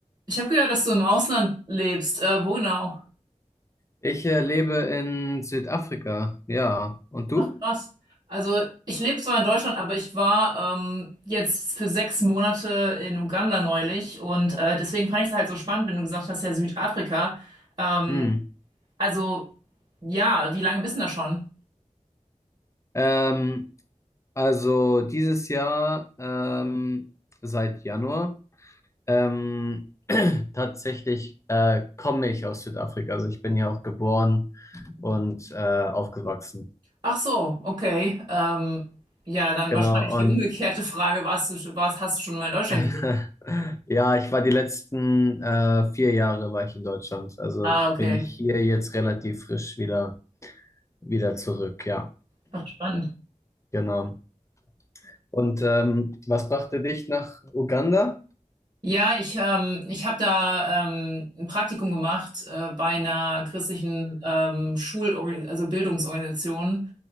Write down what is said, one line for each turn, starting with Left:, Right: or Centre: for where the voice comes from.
Right: Ich habe gehört, dass du im Ausland lebst. Äh, wo genau?
Left: Ich äh, lebe in Südafrika, ja. Und du?
Right: Ach, krass. Also, ich lebe zwar in Deutschland, aber ich war ähm, jetzt für sechs Monate in Uganda neulich und äh, deswegen fand ich es halt so spannend, wenn du gesagt hast, ja, Südafrika. Ähm,
Left: Hm.
Right: also, ja, wie lange bist du denn da schon?
Left: Ähm, also dieses Jahr, ähm, seit Januar, ähm, tatsächlich äh, komme ich aus Südafrika. Also ich bin hier auch geboren und äh, aufgewachsen.
Right: Ach so, okay. Ähm, ja, dann
Left: Genau.
Right: wahrscheinlich
Left: Und
Right: die umgekehrte Frage, warst du, warst, hast du schon mal in Deutschland
Left: <laughs>
Right: gelebt?
Left: ja, ich war die letzten äh, vier Jahre war ich in Deutschland. Also
Right: Ah, okay.
Left: bin ich hier jetzt relativ frisch wieder, wieder zurück, ja.
Right: Ach, spannend.
Left: Genau. Und ähm, was brachte dich nach Uganda?
Right: Ja, ich, ähm, ich habe da ähm, ein Praktikum gemacht äh, bei einer christlichen ähm, Schul- also Bildungsorganisation.